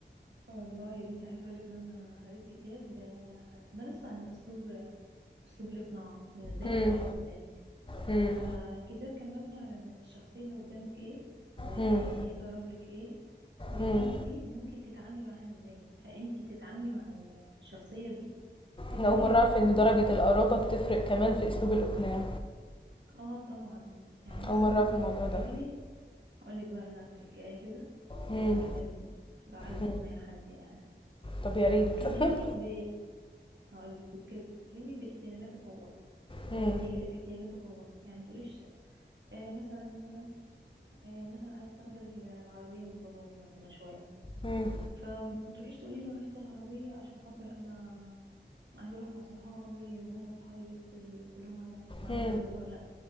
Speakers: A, on the right (about 75°); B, on the left (about 30°).
A: آه والله يا بنتي عايزة اقول لك ان انا قريت كتاب آه، عن بس عن اسلوب اسلوب الاقناع ان ازاي
B: مم،
A: تقنعي اللي قدامك
B: مم،
A: فالكتاب كان مبني على إن الشخصية اللي قدامك ايه وهي
B: مم،
A: تقرب لك ايه وانتي
B: مم.
A: ممكن تتعاملي معاها ازاي فانتي تتعاملي مع الشخصية دي تتعاملي
B: أنا أول مرة
A: معاها
B: أعرف إن درجة القرابة بتفرق كمان في أسلوب الإقناع
A: اه طبعا يعني
B: أول
A: مثلا
B: مرة أعرف الموضوع
A: وتتكلمي
B: ده
A: هقولك بقى انا تركاية كده
B: مم.
A: كانت في الكتاب دي لو عايزة
B: مم.
A: تقنعي حد يعني
B: طب يا ريت
A: تتكلمي
B: <laughs>
A: ب هقولك بتتكلمي باهتماماته هو
B: مم.
A: او احتياج- احتياجاته هو يعني متقوليش آه مثلا مثلا آه، مثلا عايزه تاخدي ال- العربيه من باباكي مثلا شويه
B: مم.
A: فما تروحيش تقولي له انا عايزه العربيه عشان خاطر انا عايزه اروح مع صحابي وهم صحابي بس اللي كلهم معاهم معاهم
B: مم.
A: عربيات وانا لا